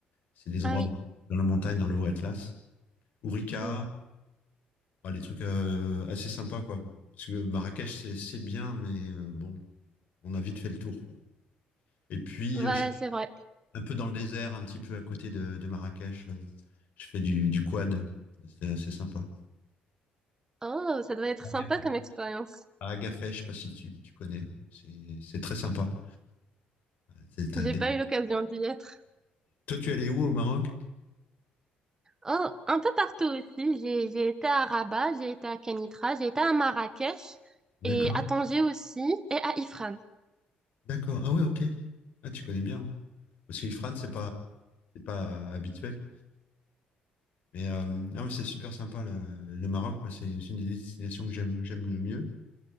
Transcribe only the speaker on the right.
Ah
oui,
hmm.
Voilà,
c'est vrai.
Oh, ça doit être
sympa comme expérience.
J'ai
pas eu l'occasion d'y être.
Oh, un peu partout aussi. J'ai, j'ai été à Rabat, j'ai été à Kenitra, j'ai été à Marrakech
et à Tanger aussi et à Ifrane.